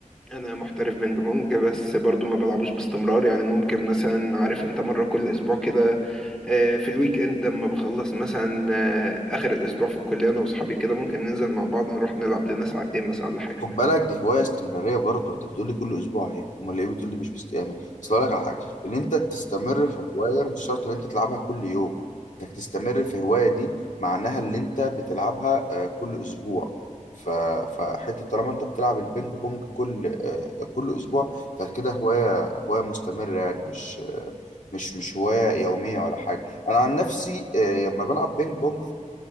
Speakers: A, in the centre; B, on the left.
A: انا محترف بينج بونج بس برضو ما بلعبوش باستمرار يعني ممكن مثلا عارف انت مره كل اسبوع كده آه، في الويك اند لما بخلص مثلا آه، اخر الاسبوع في الكليه انا واصحابي كده ممكن ننزل مع بعض نروح نلعب لنا ساعتين مثلا ولا حاجه
B: خد بالك دي هوايه استمراريه برضه انت بتقول لي كل اسبوع اهي امال ليه بتقول لي مش بست... يعني اصل اقول لك على حاجه ان انت تستمر في هوايه مش شرط ان انت تلعبها كل يوم انك تستمر في هوايه دي معناها ان انت بتلعبها آه، كل اسبوع ف... فحته طالما انت بتلعب البينج بونج كل آه، كل اسبوع فكده هوايه هوايه مستمره يعني مش آه، مش مش هوايه يوميه ولا حاجه انا عن نفسي آه، لما بلعب بينج بونج